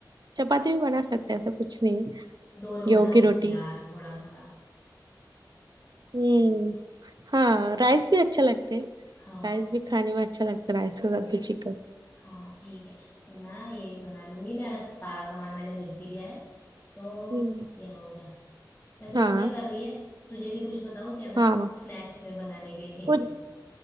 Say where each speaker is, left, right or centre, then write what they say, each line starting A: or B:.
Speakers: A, on the right (about 60°); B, on the left (about 15°).
A: चपाती भी बना सकते हैं ऐसा कुछ नहीं है।
B: दोनों
A: गेहूं
B: बना लेंगे
A: की रोटी
B: यार थोड़ा थोड़ा
A: हम्म हाँ राइस भी अच्छे लगते हैं
B: हाँ
A: राइस भी खाने में अच्छा लगता है राइस के साथ भी चिकन
B: हाँ ठीक है तो मैं ये बना लूंगी मैं सारा सामान मैंने लिख भी लिया है तो
A: हम्म
B: ये हो गया वैसे
A: हाँ
B: तू क्या कर रही है तुझे भी कुछ बताऊं क्या मैं
A: हाँ
B: स्नैक्स में बनाने के लिए
A: कुछ